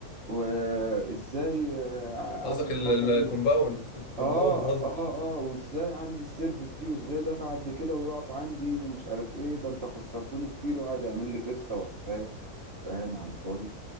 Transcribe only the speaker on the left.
قصدك
الكومباوند
الكومباوند
قصدي